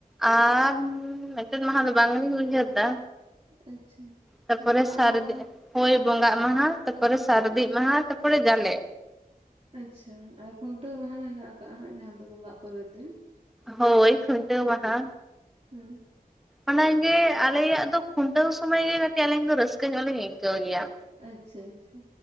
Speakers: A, in the centre; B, on the right (about 45°).
A: ᱟᱨ ᱢᱤᱫᱴᱮᱱ ᱢᱟᱦᱟ ᱫᱚ ᱵᱟᱹᱞᱤᱧ ᱩᱭᱦᱟᱨ ᱫᱟ
B: ᱟᱪᱪᱷᱟ
A: ᱛᱟᱯᱚᱨᱮ
B: ᱵᱚᱸᱜᱟᱜ
A: ᱥᱟᱨᱫᱮ
B: ᱢᱟᱦᱟ
A: ᱦᱳᱭ ᱵᱚᱸᱜᱟᱜ ᱢᱟᱦᱟ ᱛᱟᱯᱚᱨᱮ ᱥᱟᱨᱫᱤ
B: ᱦᱳᱭ
A: ᱢᱟᱦᱟ ᱛᱟᱯᱚᱨᱮ ᱡᱟᱞᱮ
B: ᱟᱪᱪᱷᱟ ᱟᱨ ᱠᱷᱩᱱᱴᱟᱹᱣ ᱢᱟᱦᱟ ᱦᱮᱱᱟᱜ ᱟᱠᱟᱜ ᱦᱟᱜ ᱡᱟᱦᱟᱸ ᱫᱚ ᱵᱚᱸᱜᱟᱜ ᱯᱚᱨᱮᱨ ᱫᱤᱱ
A: ᱦᱳᱭ ᱠᱷᱩᱱᱴᱟᱹᱣ ᱢᱟᱦᱟ
B: ᱦᱩᱸ
A: ᱚᱱᱟᱜᱮ ᱟᱞᱮᱭᱟᱜ ᱫᱚ ᱠᱷᱩᱱᱴᱟᱹᱣ ᱥᱚᱢᱚᱭ ᱜᱮ ᱠᱟᱹᱴᱤᱡ ᱟᱹᱞᱤᱧ ᱫᱚ ᱨᱟᱹᱥᱠᱟᱹ ᱧᱚᱜ ᱞᱤᱧ ᱟᱹᱭᱠᱟᱹᱣ ᱜᱮᱭᱟ
B: ᱟᱪᱪᱷᱟ ᱟᱪᱪᱷᱟ